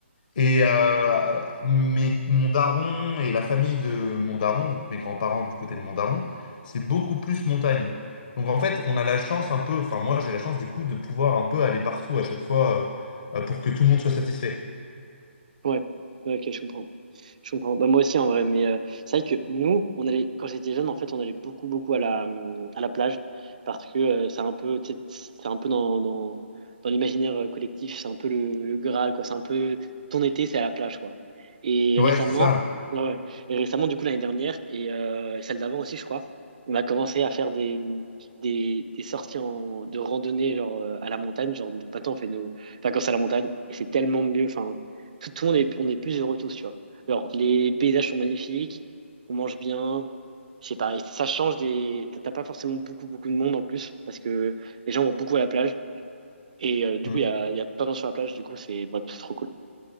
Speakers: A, on the left; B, on the right.
A: Et euh, mais mon daron et la famille de mon daron, donc mes grands-parents du côté de mon daron, c'est beaucoup plus montagne. Donc en fait, on a la chance un peu, enfin moi j'ai la chance du coup de pouvoir un peu aller partout à chaque fois euh, euh, pour que tout le monde soit satisfait.
B: Ouais, Ouais, ok, je comprends. Je comprends. Bah, moi aussi, en vrai, mais euh, c'est vrai que nous, on allait, quand j'étais jeune, en fait, on allait beaucoup, beaucoup à la, hum, à la plage parce que euh, c'est un peu, tu sais, c'est un peu dans, dans, dans l'imaginaire euh, collectif, c'est un peu le, le Graal, quoi. C'est un peu ton été, c'est à la plage, quoi. Et
A: Ouais,
B: récemment,
A: c'est ça.
B: ouais, ouais. et récemment, du coup, l'année dernière et euh, celle d'avant aussi, je crois, on a commencé à faire des, des, des sorties en, de randonnée, genre euh, à la montagne. Genre, maintenant, on fait nos, vacances à la montagne et c'est tellement mieux. Enfin, tout, tout le monde est, on est plus heureux tous, tu vois. Alors, les paysages sont magnifiques, on mange bien, je sais pas, et ça change des. T'as t'as pas forcément beaucoup, beaucoup de monde en plus, parce que les gens vont beaucoup à la plage, et euh, du
A: Mm.
B: coup, il y a, il y a plein de gens sur la plage, du coup, c'est bref, c'est trop cool.